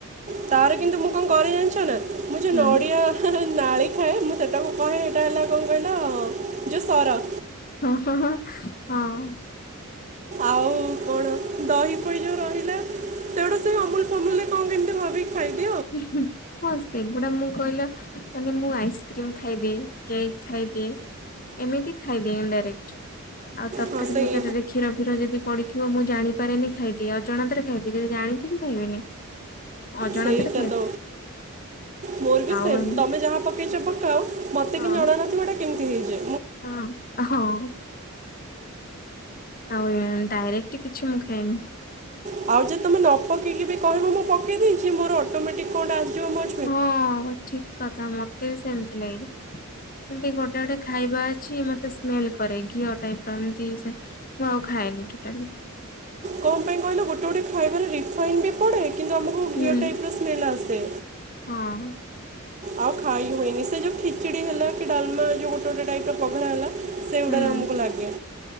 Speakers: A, on the right (about 35°); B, on the left (about 40°).
A: ତାର କିନ୍ତୁ ମୁଁ କଣ କରେ ଜାଣିଛ ନା ମୁଁ ଯୋଉ
B: ହୁଁ
A: ନଡିଆ ନାଳି ଖାଏ ମୁଁ ସେଟାକୁ କହେ ହେଟା ହେଲା କଣ କହିଲା ଯୋଉ ସର।
B: ହ ହ ହଁ।
A: ଆଉ ପୋଡ ଦହି ପହି ଯୋଉ ରହିଲା ସେଗୁଡା ସେ ଅମୁଲ୍ ଫମୁଲ୍ ରେ କଣ କେମିତି ଭାବିକି ଖାଇଦି ଏ।
B: ଉଁ ହୁଁ। ହଁ ସେଗୁଡା ମୁଁ କହିଲିବା ମାନେ ମୁଁ ଆଇସ୍କ୍ରିମ ଖାଇଦିଏ କେକ୍ ଖାଇଦିଏ। ଏମିତି ଖାଇଦିଏ ଡାଇରେକ୍ଟ ଆଉ ତରକାରୀ
A: ହଁ ସେଇ
B: ଫରକାରୀରେ। କ୍ଷୀର ଫିର ଯଦି ପଡିଥିବ ମୁଁ ଜାଣିପାରେନି ଖାଇଦିଏ ଅଜଣତରେ ଖାଇବିଏ ଯଦି ଜାଣିଥିବି ଖାଇବିନି। ଅଜଣାତାରେ
A: ସେଇଟା ତ ମୋର ବି
B: ଆଉ
A: ସେମ
B: ଏମି
A: ତମେ ଯାହା ପକେଇଛ ପକା ଅ। ମୋତେ
B: ହଁ
A: କିି ଜଣା ନଥିବ ଏଟା କେମିତି ହେଇଚି।
B: ହଁ ହଁ। ଆଉ ଡାଇରେକ୍ଟ କିଛି ମୁଁ ଖାଇ ନେଇଁ
A: ଭାଉଜ ତମେ ନ ପକେଇକି ବି କହିବ ମୁଁ ପକେଇ ଦେଇଚି ମୋର ଅଟୋମେଟିକ କଣ ଆସିଯିବ ମୋ
B: ହଁ ଠିକ୍ କଥା ମତେ ବି ସେମିତି ଲାଗେ। ଏମିତି ଗୋଟେ ଗୋଟେ ଖାଇବା ଅଛି ମତେ ସ୍ମେଲ କରେ ଘିଅ ଟାଇପର ଏମତି ସେ ମୁଁ ଆଉ ଖାଏନି ଟୋଟାଲି।
A: କଣ ପାଇଁ କହିଲ ଗୋଟେ ଗୋଟେ ଖାଇବାରେ ରିଫାଇନ୍ ବି ପଡେ କିନ୍ତୁ ଆମ
B: ହୁଁ।
A: ସେଇ ଲସେ
B: ହଁ।
A: ଆଉ ଖାଇ ହୁଏନି ସେ ଯୋଉ ଖିଚଡି ହେଲା କି ଡାଲମା ଯୋଉ ଗୋଟେ ଗୋଟେ ଟାଇପ ର ପଘରା ହେଲା ସେଉଗୁଡାକ
B: ହୁଁ
A: ଆମୁକୁ ଲାଗେ।